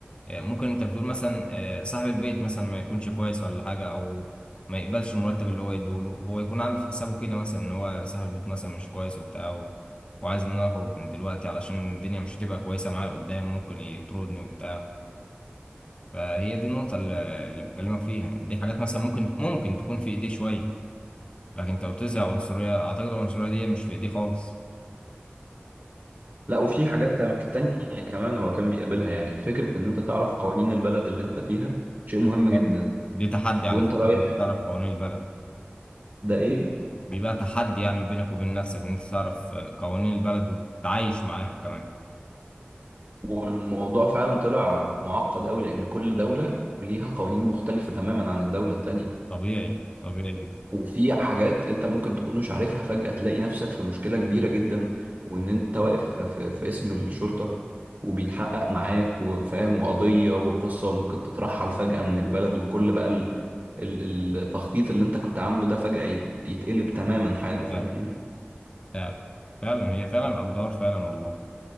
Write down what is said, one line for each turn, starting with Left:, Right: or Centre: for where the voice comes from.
Left: إيه ممكن انت بتقول مثلا إيه صاحب البيت مثلا ما يكونش كويس ولا حاجه او ما يقبلش المرتب اللي هو يديهوله هو يكون عامل في حسابه كده مثلا ان هو صاحب البيت مثلا مش كويس وبتاع و- وعايز ان انا اخرج من دلوقتي علشان الدنيا مش هتبقى كويسه معايا قدام ممكن يطردني وبتاع فهي دي النقطه اللي اللي بكلمك فيها دي حاجات مثلا ممكن ممكن تكون في ايديه شويه لكن انت قلت لي عنصرية اعتقد العنصرية دي مش في ايدي خالص
Right: لا وفي حاجات تام- تانية كمان هو كان بيقابلها يعني فكرة ان انت تعرف قوانين البلد اللي انت فيها شيء مهم
Left: بالظبط.
Right: جدا
Left: دي تحدي على
Right: وانت
Left: فكرة
Right: رايح
Left: ان انت تعرف قوانين البلد
Right: ده ايه
Left: بيبقى تحدي يعني بينك وبين نفسك ان انت تعرف آه، قوانين البلد وتتعايش معاها كمان
Right: والموضوع فعلا طلع معقد قوي لان كل دولة وليها قوانين مختلفة تماما عن الدولة التانية
Left: طبيعي طبيعي جدا
Right: وفي حاجات انت ممكن تكون مش عارفها فجأة تلاقي نفسك في مشكلة كبيرة جدا وان انت واقف في, في اسم الشرطة وبيتحقق معاك وفاهم وقضية وقصة وممكن تترحل فجأة من البلد وكل بقى ال- ال- التخطيط اللي انت كنت عامله ده فجأة يت- يتقلب تماما حاله
Left: فعلا
Right: فاهمني
Left: فعلا فعلا هي فعلا اقدار فعلا والله